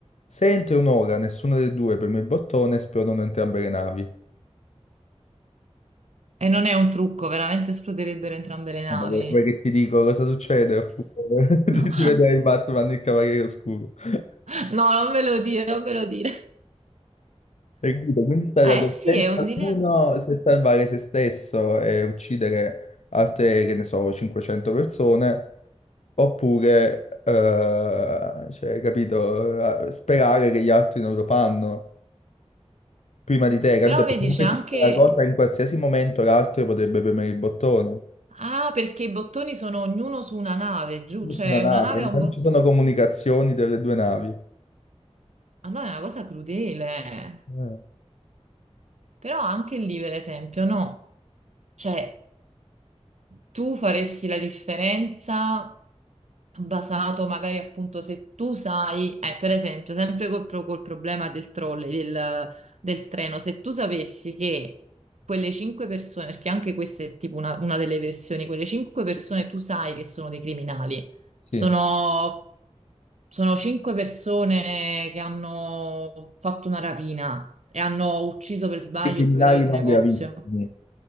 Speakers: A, on the left; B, on the right.
A: Se entro un'ora nessuno dei due preme il bottone, esplodono entrambe le navi.
B: E non è un trucco, veramente esploderebbero entrambe le navi.
A: Vabbè, vuoi vuoi che ti dico cosa succede? Oppure <laughs> Di,
B: No,
A: di vedere il Batman il Cavaliere Oscuro. <laughs>
B: <laughs> no, non ve lo dire, non ve lo dire.
A: Hai capito? Quindi sta
B: Eh
A: la coscienza
B: sì, è un dilemma.
A: di uno se salvare se stesso e uccidere altre, che ne so, 500 persone, oppure, eh, cioè, hai capito, Eh, sperare che gli altri non lo fanno prima di te, capito?
B: Però
A: Perché
B: vedi, c'è
A: poi
B: anche
A: c'è la cosa che in qualsiasi momento l'altro potrebbe premere il bottone.
B: Ah, perché i bottoni sono ognuno su una nave, giù,
A: Tutta
B: cioè
A: Una nave,
B: una nave ha un
A: non
B: bottone.
A: ci sono comunicazioni delle due navi.
B: Ah no, è una cosa crudele.
A: Eh,
B: Però anche lì, per esempio, no. Cioè, tu faresti la differenza basato magari appunto se tu sai, eh, per esempio, sempre col, pro- col problema del trolley, del, del treno, se tu sapessi che quelle cinque persone, perché anche questa è tipo una, una delle versioni, quelle cinque persone tu sai che sono dei criminali,
A: sì.
B: sono, sono cinque persone che hanno fatto una rapina e hanno ucciso per sbaglio
A: Dei criminali
B: il proprietario del
A: non
B: negozio.
A: gravissimi.